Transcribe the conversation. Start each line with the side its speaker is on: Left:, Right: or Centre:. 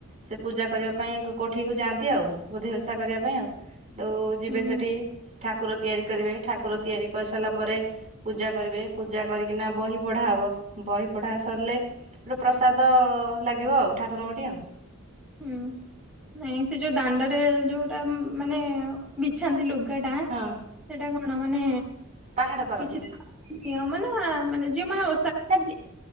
Right: ସେ ପୂଜା କରିବା ପାଇଁ କୋଠିକୁ ଯାଆନ୍ତି ଆଉ। ବୁଧେଇଓସା କରିବା ପାଇଁ ଆଉ ତଉ ଯିବେ
Centre: ହୁଁ ହୁଁ
Right: ସେଠି ଠାକୁର ତିଆରି କରିବେ ଠାକୁର ତିଆରି କରିସାରିଲା ପରେ ପୂଜା କରିବେ ପୂଜା କରିକିନା ବହି ପଢା ହବ ବହି ପଢା ସରିଲେ ସେଠୁ ପ୍ରସାଦ ଲାଗିବ ଆଉ ଠାକୁରଙ୍କଠି ଆଉ।
Centre: ହୁଁ ନାଇଁ ସେ ଯୋଉ ଦାଣ୍ଡରେ ଯୋଉଟା ମାନେ ବିଛାନ୍ତି ଲୁଗା ଟା
Right: ହଁ
Centre: ସେଟା କଣ ମାନେ
Right: ପାହାଡ଼ ପାରନ୍ତି
Centre: କିଛି ତାର କ ନିୟମ ନା ମାନେ ଯଉ ମାନେ
Right: ନା ଯେ